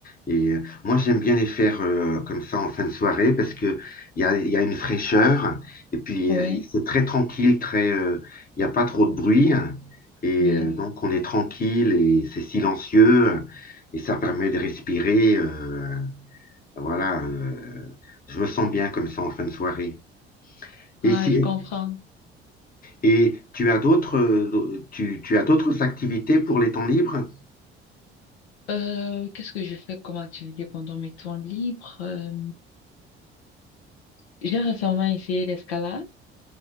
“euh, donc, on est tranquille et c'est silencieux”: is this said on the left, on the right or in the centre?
Left